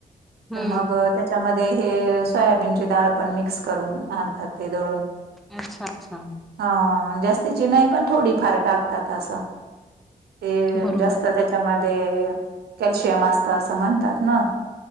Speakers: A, in the centre; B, on the right.
A: हम्म
B: तर मग त्या त्याच्यामध्ये हे सोयाबीनची डाळ पण मिक्स करून आणतात ते दळून
A: अच्छा अच्छा.
B: हा जास्तीची नाही पण थोडी फार टाकतात असं ते
A: बरोबर
B: जास्त त्या त्याच्यामध्ये कॅल्शियम असत असं म्हणतात ना.